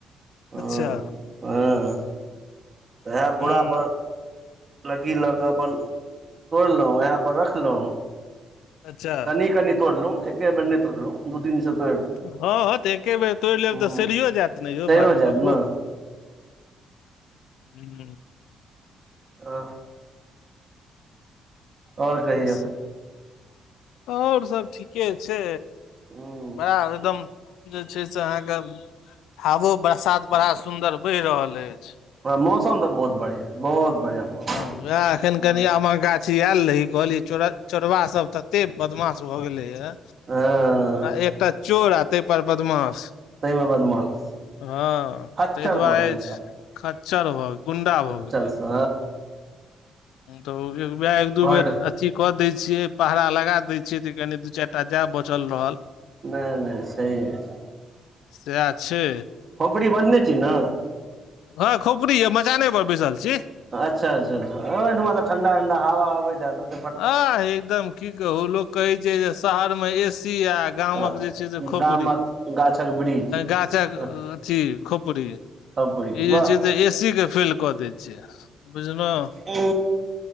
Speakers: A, on the right; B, on the left.
A: ह
B: अच्छा
A: हँ इएह बुरा पर
B: हूँ
A: लग्गी लऽ कऽ अपन तोड़लहुँ वएह पर रखलहुँ
B: अच्छा
A: कनि कनि तोड़लो एके बेर नहि तोड़लो दू तीन सब
B: हँ हँ तऽ एके बेर तोड़ि लेब
A: हूँ
B: तऽ सड़ियो जायत ने यौ
A: सड़िओ
B: माधव
A: जायत
B: बाबू
A: ने
B: हूँ हूँ।
A: आ आओर कहियौ
B: अच्छा, आओर सभ ठीके छै
A: हूँ
B: बड़ एकदम। जे छै से अहाँके हवो, बरसात बड़ा सुन्दर भऽ रहल अछि।
A: मौसम तऽ बहुत बढ़िया, बहुत बढ़िया मौसम।
B: वएह, अखन
A: हँ
B: कनि आमक गाछी आयल रही, कहलियै, चोरबा सभ तते बदमाश भऽ गेलै य।
A: हँ
B: आ एकटा चोर आ ताहिपर बदमाश।
A: तहिमे बदमाश।
B: हँ,
A: खच्चर
B: ताहि दुआरे
A: भऽ गेलै
B: खच्चर भऽ गेल, गुंडा भऽ गेल।
A: चल सँ
B: तऽ उहाँ एक दू
A: बड
B: बेर अथी कऽ दै छियै, पहरा लगा दै छियै, तऽ कनी दू चारि टा जाय बचल रहल।
A: नहि नहि, सही यऽ।
B: सएह छै।
A: खोपड़ी बान्हने छीयै ने।
B: हँ, खोपड़ी यऽ, मचानपर बैसल छी।
A: अच्छा अच्छा अच्छा, आँखिमे तऽ ठंढा ठंढा हवा आबैत होयत ओ।
B: आ एकदम की कहू, लोक कहै छै जे शहरमे एसी अछि। गामक
A: हँ
B: जे छै से खोपड़ी
A: गामक गाछक वृक्ष
B: गाछक
A: ह
B: अथी खोपड़ी।
A: खपड़ी
B: ई जे
A: वाह
B: छै से एसीके फेल कऽ दै छियै, बुझलहुँ।
A: ओ।